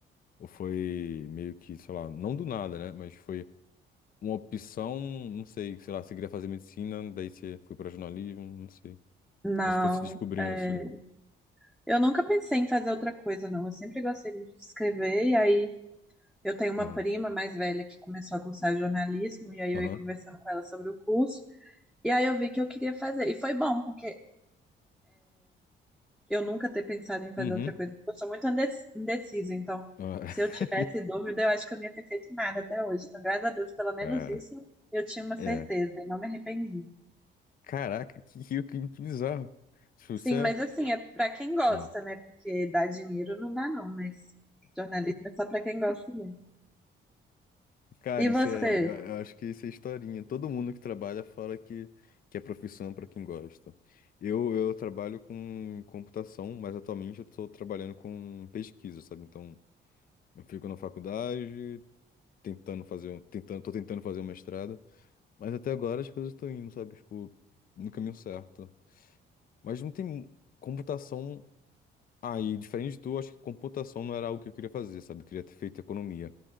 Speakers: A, on the left; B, in the centre.
A: Ou foi meio que, sei lá, não do nada, né? Mas foi uma opção, não sei, sei lá, você queria fazer medicina, daí você foi pra jornalismo, não sei.
B: não,
A: Ou Você foi se descobrindo,
B: é,
A: assim.
B: eu nunca pensei em fazer outra coisa, não. Eu sempre gostei muito de escrever, e aí eu tenho uma
A: Ah,
B: prima mais velha que começou a cursar jornalismo, e aí
A: Aham.
B: eu ia conversando com ela sobre o curso, e aí eu vi que eu queria fazer. E foi bom, porque eu nunca ter pensado em fazer
A: Uhum.
B: outra coisa. Eu sou muito indec- indecisa, então
A: Ah,
B: se eu tivesse
A: <laughs>
B: dúvida, eu acho que eu não ia ter feito nada até hoje. Então, graças a Deus, pelo menos
A: Cara,
B: isso eu tinha uma certeza
A: é.
B: e não me arrependi.
A: Caraca, que, que, que bizarro. Tipo,
B: Sim,
A: você é.
B: mas assim, é para quem gosta,
A: ah,
B: né? Porque dar dinheiro não dá, não, mas jornalismo é só para quem gosta mesmo.
A: Cara,
B: E
A: isso
B: você?
A: é, eu eu acho que isso é historinha. Todo mundo que trabalha fala que, que é profissão para quem gosta. Eu, eu trabalho com computação, mas atualmente eu estou trabalhando com pesquisa, sabe? Então, eu fico na faculdade, tentando fazer, um- tentando, tô tentando fazer um mestrado, mas até agora as coisas estão indo, sabe? Tipo, no caminho certo. Mas não tem computação aí, diferente de tu, acho que computação não era algo que eu queria fazer, sabe? Eu queria ter feito economia,